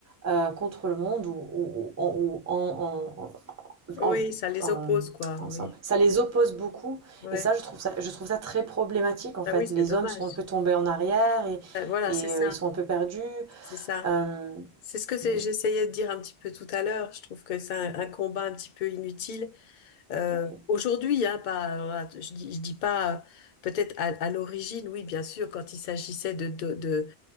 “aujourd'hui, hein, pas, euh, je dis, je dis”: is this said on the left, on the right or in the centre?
Left